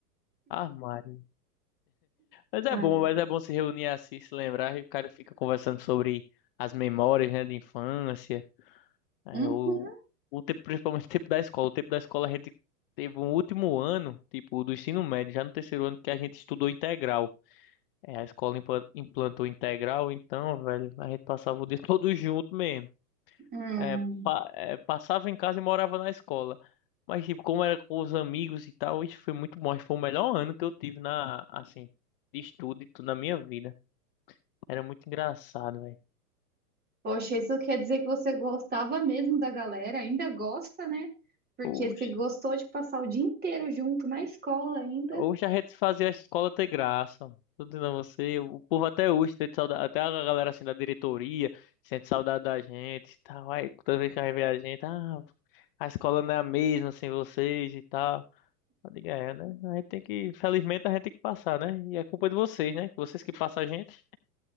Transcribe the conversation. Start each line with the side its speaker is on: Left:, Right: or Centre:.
Left: Ah, Maria. Mas é
Right: Ah,
Left: bom,
Right: É.
Left: mas é bom se reunir assim, se lembrar, e o cara fica conversando sobre as memórias, né, de infância. É,
Right: Uhum.
Left: o, o tempo, principalmente o tempo da escola. O tempo da escola a gente teve um último ano, tipo, do ensino médio, já no terceiro ano que a gente estudou integral. É, a escola impla- implantou integral, então, velho, a gente passava o dia <laughs> todo junto mesmo.
Right: Hum.
Left: É, pa- é, passava em casa e morava na escola. Mas, tipo, como era com os amigos e tal, isso foi muito bom. Acho que foi o melhor ano que eu tive na, assim, de estudo e tudo na minha vida. Era muito engraçado,
Right: Poxa, isso quer dizer que você gostava mesmo da galera, ainda gosta, né? Porque
Left: velho.
Right: se gostou de passar o dia inteiro junto na escola ainda.
Left: Hoje a gente fazia a escola ter graça. Tô dizendo a você, o povo até hoje sente saudade, até a galera assim da diretoria sente saudade da gente e tal. Aí toda vez que vai a gente, ah, a escola não é a mesma sem vocês e tal. Eu digo, é, né? A gente tem que, felizmente a gente tem que passar, né? E é culpa de vocês, né? Vocês que passam a gente.